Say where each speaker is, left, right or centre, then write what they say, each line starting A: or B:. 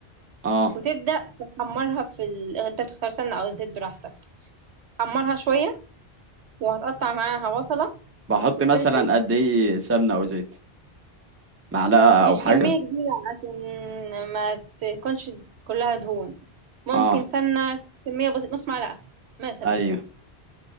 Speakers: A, on the right; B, on the right.
A: اه
B: وتبدأ تحمرها في ال... انت بتختار سمنة او زيت براحتك حمرها شوية وهتقطع معاها بصلة
A: بحط
B: وفلفل
A: مثلا قد ايه سمنه او زيت معلقة
B: مش
A: أو حاجة
B: كمية كبيرة عشان ما تكونش كلها دهون ممكن
A: اه
B: سمنة كمية بسيطة نص معلقة مثلا
A: أيوه